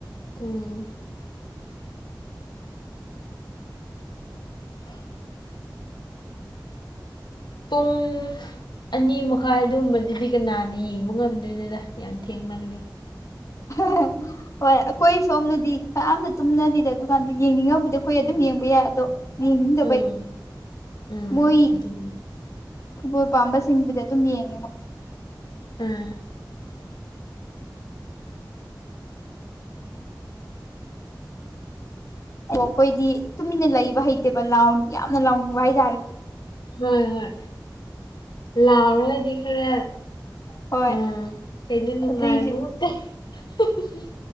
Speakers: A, on the left (about 70°); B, on the left (about 40°).
A: ꯎꯝ <unintelligible> ꯄꯨꯡ ꯑꯅꯤ ꯃꯈꯥꯏ ꯑꯗꯨꯝꯕꯗꯨꯗꯤ ꯀꯅꯥꯅ ꯌꯦꯡꯕ ꯉꯝꯗꯣꯏꯅꯣꯗ ꯌꯥꯝ ꯊꯦꯡꯃꯜꯂꯦ
B: <unintelligible> ꯍꯣꯏ ꯑꯩꯈꯣꯏ ꯁꯣꯝꯗꯗꯤ ꯀꯅꯥꯝꯇ ꯇꯨꯝꯅꯗꯦꯗ ꯑꯗꯨꯀꯥꯟꯗ ꯌꯦꯡꯅꯤꯡꯉꯕꯨꯗꯤ ꯑꯩꯈꯣꯏ ꯑꯗꯨꯝ ꯌꯦꯡꯕ ꯌꯥꯏ ꯑꯗꯣ ꯌꯦꯡꯅꯤꯡꯗꯕꯩ
A: ꯎꯝ ꯎꯝ
B: ꯃꯣꯏ
A: ꯑꯗꯨꯅꯤ
B: ꯐꯨꯠꯕꯣꯜ ꯄꯥꯝꯕꯁꯤꯡꯕꯨꯗꯤ ꯑꯗꯨꯝ ꯌꯦꯡꯉꯦ
A: ꯎꯝ
B: ꯑꯣ ꯑꯩꯈꯣꯏꯗꯤ ꯇꯨꯃꯤꯟꯅ ꯂꯩꯕ ꯍꯩꯇꯦꯕ ꯂꯥꯎ ꯌꯥꯝꯅ ꯂꯥꯎꯅꯤꯡꯕ ꯍꯥꯏꯇꯥꯔꯦ
A: ꯍꯣꯏ ꯍꯣꯏ ꯂꯥꯎꯔꯒꯗꯤ ꯈꯔ
B: ꯍꯣꯏ
A: ꯑꯥ ꯀꯩꯅꯣ ꯅꯨꯡꯉꯥꯏꯕ
B: ꯑꯗꯨꯏꯁꯨ
A: <unintelligible>